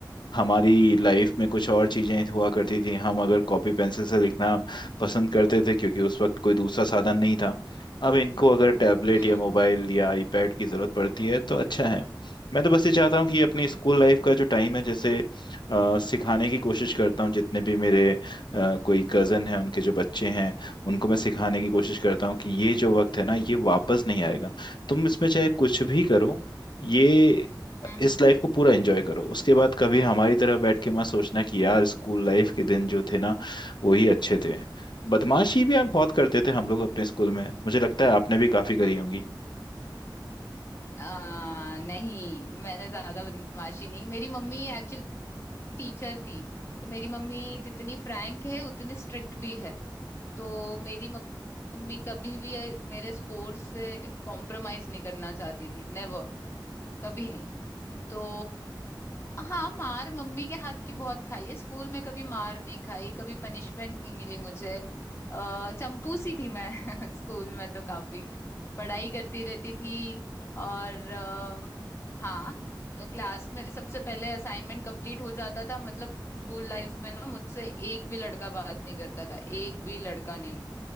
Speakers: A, on the left; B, on the left.
A: हमारी लाइफ में कुछ और चीजें हुआ करती थी हम अगर कॉपी पेंसिल से लिखना पसंद करते थे क्योंकि उस वक्त कोई दूसरा साधन नहीं था अब इनको अगर टैबलेट
B: हम्म
A: या मोबाइल या आईपैड की जरूरत पड़ती है तो अच्छा है मैं तो बस ये चाहता हूँ कि अपनी
B: हम्म
A: स्कूल लाइफ का जो टाइम है जैसे अ, सिखाने की कोशिश करता हूँ जितने भी मेरे अ, कोई कज़न हैं उनके जो बच्चे हैं उनको मैं सिखाने की कोशिश करता हूँ कि ये जो वक्त है ना ये वापस नहीं आएगा तुम इसमें चाहे कुछ भी करो ये
B: हम्म
A: इस
B: हम्म
A: लाइफ को पूरा एंजॉय करो उसके बाद कभी हमारी तरह बैठ के मत सोचना कि यार स्कूल लाइफ के दिन जो थे ना वो ही अच्छे थे बदमाशी भी आप बहुत करते थे हम लोग अपने स्कूल में मुझे लगता है आपने भी काफी करी
B: हम्म।
A: होंगी
B: आ, नहीं मैंने ज्यादा बदमाशी नहीं की। मेरी मम्मी एक्चुअली टीचर थी तो मेरी मम्मी जितनी फ्रैंक है उतनी स्ट्रिक्ट भी है तो मेरी म- मम्मी कभी भी अ, मेरे स्कोर से कॉम्प्रोमाइज नहीं करना चाहती थी नेवर कभी नहीं तो हाँ मार मम्मी के हाथ की बहुत खाई है स्कूल में कभी मार नहीं खाई कभी पनिशमेंट नहीं मिली मुझे अः चंपूसी थी मैं <laughs> स्कूल में तो काफी पढ़ाई करती रहती थी और अम, हाँ क्लास में सबसे पहले असाइनमेंट कंप्लीट हो जाता था मतलब स्कूल लाइफ में ना मुझसे एक भी लड़का बात नहीं करता था एक भी लड़का नहीं